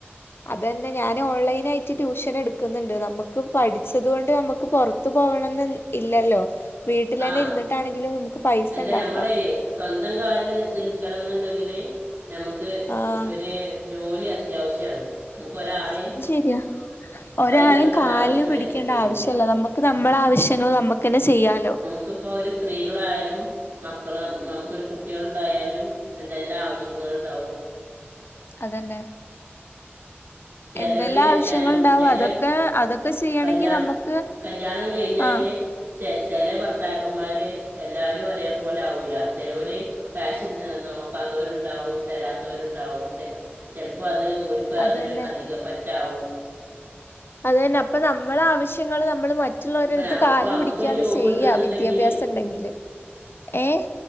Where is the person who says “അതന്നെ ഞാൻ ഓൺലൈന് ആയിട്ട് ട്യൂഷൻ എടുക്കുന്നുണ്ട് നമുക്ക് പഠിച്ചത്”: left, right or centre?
Left